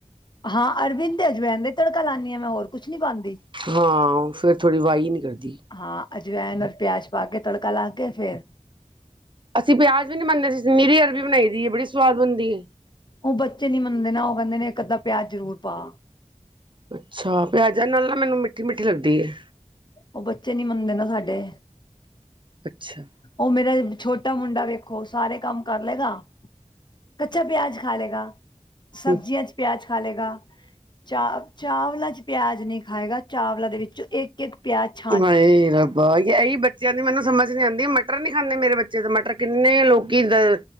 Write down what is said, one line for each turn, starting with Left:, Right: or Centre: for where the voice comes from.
Left: ਹਾਂ, ਅਰਬੀ ਨੂੰ ਤੇ ਅਜਵੈਨ ਦਾ ਈ ਤੜਕਾ ਲਾਂਨੀ ਆ ਮੈਂ ਹੋਰ ਕੁਛ ਨੀ ਪਾਂਦੀ।
Right: ਹਾਂ, ਫੇਰ ਥੋੜੀ ਵਾਈ ਨੀ ਕਰਦੀ
Left: ਹਾਂ, ਅਜਵੈਨ ਓਰ ਪੇਆਜ ਪਾ ਕੇ ਤੜਕਾ ਲਾ ਕੇ ਫੇਰ
Right: ਅਸੀਂ ਪੇਆਜ਼ ਵੀ ਨੀ ਪਾਂਦੇ, ਅਸੀ ਨੀਰੀ ਅਰਵੀ ਬਣਾਈ ਦੀ ਏ ਬੜੀ ਸੁਆਦ ਬਨਦੀ ਏ।
Left: ਓ ਬੱਚੇ ਨੀ ਮੰਨਦੇ ਨਾ, ਓ ਕੈਂਦੇ ਨੇ ਇੱਕ-ਅੱਦਾ ਪੇਆਜ ਜਰੂਰ ਪਾ।
Right: ਅੱਛਾ, ਪਿਆਜਾਂ ਨਾਲ ਨਾ ਮੈਨੂੰ ਮਿੱਠੀ-ਮਿੱਠੀ ਲੱਗਦੀ ਏ।
Left: ਓ ਬੱਚੇ ਨੀ ਮੰਨਦੇ ਨਾ ਸਾਡੇ।
Right: ਅੱਛਾ।
Left: ਓ ਮੇਰਾ, ਛੋਟਾ ਮੁੰਡਾ ਵੇਖੋ ਸਾਰੇ ਕਾੰਮ ਕਰ ਲੇਗਾ। ਕੱਚਾ ਪੇਆਜ ਖਾ ਲੇਗਾ, ਸਬਜੀਆਂ
Right: ਹੂੰ
Left: ਚ ਪੇਆਜ। ਖਾ ਲੇਗਾ ਚਾ ਚਾਵਲਾ ਚ, ਪੇਆਜ ਨਈ ਖਾਏਗਾ ਚਾਵਲਾ ਦੇ ਵਿੱਚ ਇੱਕ ਏਕ ਪੇਆਜ ਚ
Right: ਹਾਏ ਰੱਬਾ, ਐਈ ਬੱਚੇਆਂ ਦੀ ਮੈਨੂੰ ਸਮਝ ਨੀ ਆਂਦੀ ਮਟਰ ਨੀ ਖਾਂਦੇ ਮੇਰੇ ਬੱਚੇ ਦੇ ਮਟਰ ਕਿੰਨੇ ਲੋਕੀ ਦ